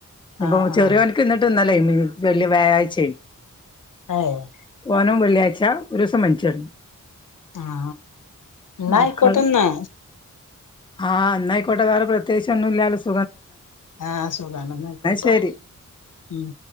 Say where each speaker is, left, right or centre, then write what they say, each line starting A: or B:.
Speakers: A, on the left; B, on the left.
A: നിപ്പൊ
B: ആഹ്
A: ചെറിയോൻക്ക്
B: ആഹ്
A: നിട്ട് എനി വല്യ വ്യായാഴ്ചയ്
B: ഏഹ്
A: ഓനും വെള്ളിയാഴ്ച ഒരുസം പനിച്ചെട്ന്ന്
B: ആഹ ന്നായിക്കോട്ടന്നാ
A: മക്കൾ ആഹ് എന്നായിക്കോട്ടെ വേറെ പ്രത്യേകിച്ചൊന്നുല്ലാലൊ
B: ആഹ് സുഖാണന്ന്ക്കോട്ടോ
A: ശരി
B: ഉം